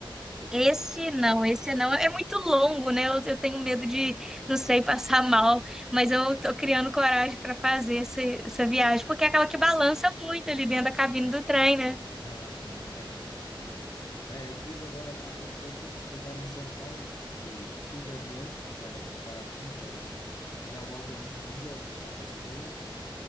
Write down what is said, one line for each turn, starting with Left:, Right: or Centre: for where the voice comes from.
Left: É,
Centre: Esse
Left: é...
Centre: não, esse não. É muito longo, né? Eu, eu tenho medo de, não sei, <laughs> passar mal, mas eu tô criando coragem para fazer essa, essa viagem, porque é aquela que balança muito ali dentro da cabine do trem, né?
Left: Aham, aham, imagino, imagino. É, eu fiz agora há pouco tempo, tipo, eu tava em São Paulo e fui de avião, porque tava baratinho para ir, e na volta vim, vim de ônibus, né? Mas foram